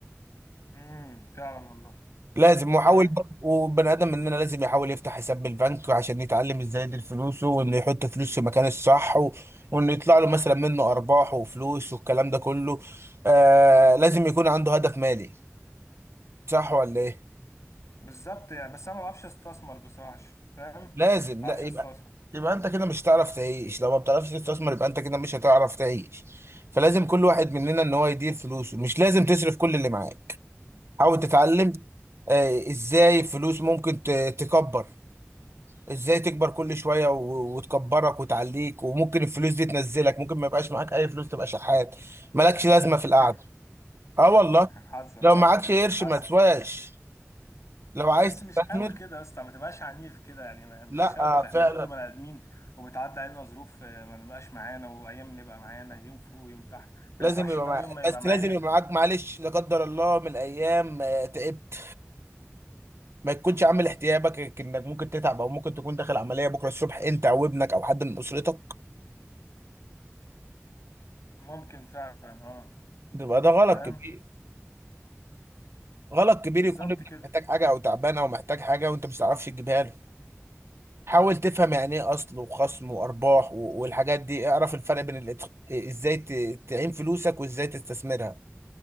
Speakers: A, on the left; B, on the right.
A: امم فعلا والله
B: لازم وحاول
A: تمام
B: برضه وبني ادم مننا لازم يحاول يفتح حساب بالبنك عشان يتعلم ازاي يدير فلوسه وانه يحط فلوس في مكان الصح و... وانه يطلع له مثلا منه ارباح وفلوس والكلام ده كله آه لازم يكون عنده هدف مالي صح ولا ايه؟
A: بالظبط يعني بس انا ما بعرفش استثمر بصراحه فاهم ما
B: لازم
A: بعرفش
B: لا يبقى
A: استثمر
B: يبقى انت كده مش هتعرف تعيش لو ما بتعرفش تستثمر يبقى انت كده مش هتعرف تعيش فلازم كل واحد مننا ان هو يدير فلوسه مش لازم تصرف كل اللي معاك حاول تتعلم آه ازاي فلوس ممكن ت- تكبر ازاي تكبر كل شوية و- وتكبرك وتعليك وممكن الفلوس دي تنزلك ممكن ما يبقاش معاك اي فلوس تبقى شحات مالكش لازمة في
A: <laughs>
B: القعدة اه والله
A: حصل
B: لو
A: حصل
B: معكش قرش
A: حصل
B: ما تسواش لو عايز
A: بس
B: تستثمر
A: مش قوي كده يا اسطى ما تبقاش عنيف كده يعني ما- مش
B: لا
A: شرط احنا
B: فعلا
A: برضو بني ادمين وبتعدي علينا ظروف آه، ما نبقاش معانا وايام نبقى معانا يوم فوق ويوم تحت ما
B: لازم
A: ينفعش
B: يبقى
A: ان
B: مع...
A: انا يوم ما يبقى
B: بس
A: معايا
B: لازم يبقى معاك معلش لا قدر الله من الايام آه، تعبت ما تكونش عامل احتياجك انك ممكن تتعب او ممكن تكون داخل عمليه بكره الصبح انت او ابنك او حد من اسرتك
A: ممكن فعلا اه
B: بيبقى ده غلط
A: فاهم
B: كبير غلط كبير
A: بالظبط
B: يكون ابنك
A: كده
B: محتاج حاجه او تعبان او محتاج حاجه وانت مش تعرفش تجيبها له حاول تفهم يعني ايه اصل وخصم وارباح و- والحاجات دي اعرف الفرق بين الاتخ... إيه، ازاي ت- تعين فلوسك وازاي تستثمرها